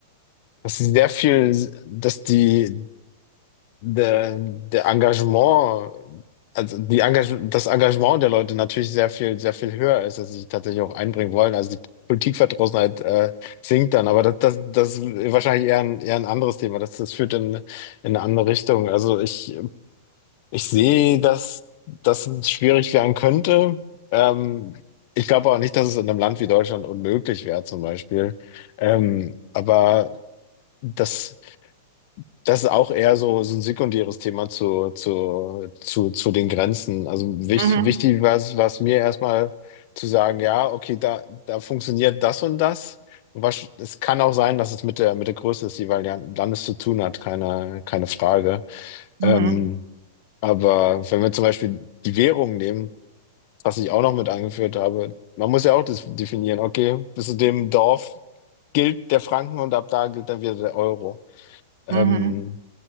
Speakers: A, on the left (about 50°); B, on the right (about 65°).
A: dass sie sehr viel, dass die, der, der Engagement, also die Engage das Engagement der Leute natürlich sehr viel, sehr viel höher ist, dass sie sich tatsächlich auch einbringen wollen. Also die Politikverdrossenheit, äh, sinkt dann, aber das, das, das ist wahrscheinlich eher ein, eher ein anderes Thema. Das, das führt in, in eine andere Richtung. Also ich, ich sehe, dass das schwierig werden könnte. Ähm, ich glaube auch nicht, dass es in einem Land wie Deutschland unmöglich wäre, zum Beispiel. Ähm, aber das, das ist auch eher so, so ein sekundäres Thema zu, zu, zu, zu den Grenzen. Also wichtig,
B: Mhm.
A: wichtig war es, war es mir erstmal zu sagen, ja, okay, da, da funktioniert das und das. Und was, es kann auch sein, dass es mit der, mit der Größe des jeweiligen Landes zu tun hat, keine, keine Frage.
B: Mhm.
A: Ähm, aber wenn wir zum Beispiel die Währung nehmen, was ich auch noch mit angeführt habe, man muss ja auch das definieren, okay, bis zu dem Dorf gilt der Franken und ab da gilt dann wieder der Euro. Ähm,
B: Mhm.